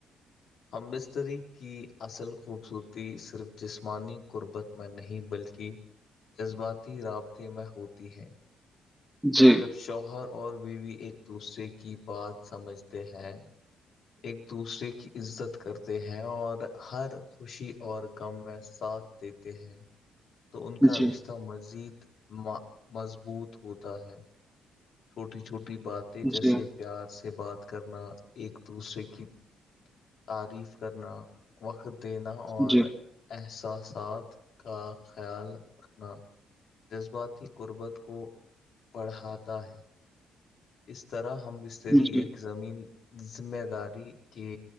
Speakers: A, on the left; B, in the centre.
A: ہم مستری کی اصل خوبصورتی صرف جسمانی قربت میں نہیں بلکہ جز باتی رابطے میں ہوتی ہے
B: جی
A: جب شوہر اور بیوی ایک دوسرے کی بات سمجھتے ہیں ایک دوسرے کی عزت کرتے ہیں اور ہر خوشی اور غم میں ساتھ دیتے ہیں تو ان کا
B: جی
A: رشتہ
B: جی
A: مزید مضبوط ہوتا ہے چھوٹی چھوٹی باتیں
B: جی
A: جیسے پیار سے بات کرنا ایک دوسرے کی تعریف کرنا وقت دینا اور
B: جی
A: احساسات کا خیال رکھنا جذباتی قربت کو بڑھاتا ہے اس طرح ہم بستری
B: جی
A: ایک زمین ذمہ داری کے